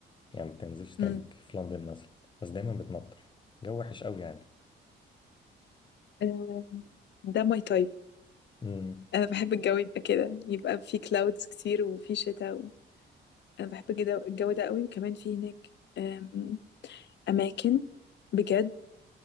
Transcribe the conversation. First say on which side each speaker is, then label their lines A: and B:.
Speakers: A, on the left (about 25°); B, on the left (about 60°).
A: يعني ما بتنزلش تلج
B: مم.
A: في لندن مثلا بس دايما بتمطر جو وحش قوي يعني
B: آه، ده ماي تايب
A: امم
B: انا بحب الجو يبقى كده يبقى في كلاودز كتير وفي شتاء انا بحب جدا الجو ده قوي وكمان في هناك أم، اماكن بجد